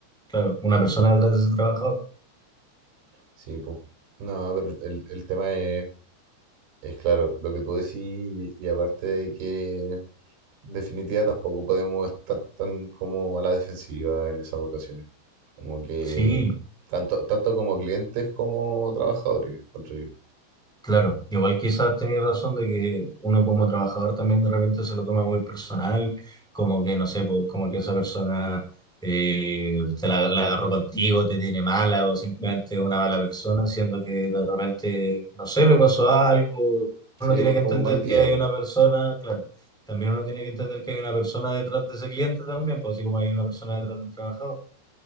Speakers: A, in the centre; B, on the right (about 75°).
A: Claro, una persona
B: claro.
A: detrás de ese trabajador.
B: Sí, pues. No, pero el, el tema es, es claro, lo que tú decís y aparte de que, en definitiva, tampoco podemos estar tan como a la defensiva en esas ocasiones. Como que,
A: Sí,
B: tanto, tanto como clientes como trabajadores, encuentro yo.
A: claro. Igual quizás tenía razón de que uno como trabajador también de repente se lo toma muy personal, como que, no sé, po, como que esa persona eh, te la, la agarró contigo, te tiene mala o simplemente es una mala persona, siendo que de repente, no sé, le pasó algo. Uno
B: Sí,
A: tiene
B: pues
A: que
B: tuvo
A: entender
B: un mal día,
A: que hay
B: pues.
A: una persona, claro, también uno tiene que entender que hay una persona detrás de ese cliente también, pues así como hay una persona detrás del trabajador.